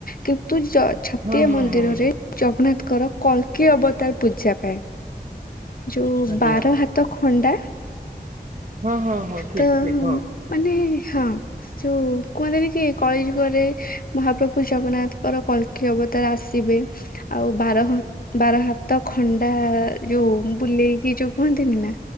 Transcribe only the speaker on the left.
କିନ୍ତୁ ଜ ଛତିଆ
ମନ୍ଦିରରେ
ଜଗନ୍ନାଥ୍ ର କଳକି ଅବତାର ପୂଜା ପାଏ ଯୋଉ
ବାର ହାତ ଖ ହଣ୍ଡା।
ତ
ମାନେ ହଁ ଯୋଉ କୁହନ୍ତିନି କି କଳିଯୁଗରେ ମହାପ୍ରଭୁ ଜଗନ୍ନାଥଙ୍କର କଳ୍କୀ ଅବ ତାର ଆସିବେ। ଆଉ ବାର ହଁ ବାର ହାତ ଖଣ୍ଡା ଯୋଉ ବୁଲେଇକି ଯୋଉ କୁହନ୍ତିନି ନା